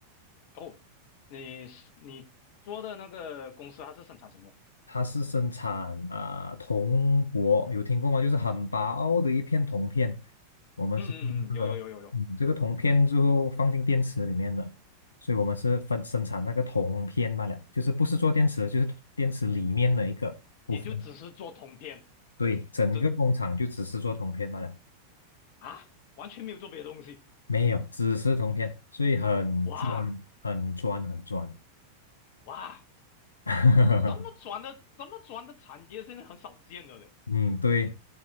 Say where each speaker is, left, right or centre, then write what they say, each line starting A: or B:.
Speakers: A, on the left (about 45°); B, on the left (about 75°).
A: 哦，你是你做的那个公司它是生产什么？
B: 他是生产啊、呃铜箔，有听过吗？就是很薄的一片铜片，我们是做这个咯，
A: 嗯嗯嗯，有有有有有，
B: 嗯，这个铜片最后放进电池里面的，所以我们是分生产那个铜片罢了，就是不是做电池，就是电池里面的一个部分。
A: 你就只是做通篇，
B: 对，整个工厂就只是做铜片罢了。
A: 这啊，完全没有做别的东西。
B: 没有，只是铜片，所以很嗯专、
A: 哇
B: 很专、很专。
A: 哇，
B: <laughs>
A: 这么转的这么转的产业现在很少见了嘞。
B: 嗯，对，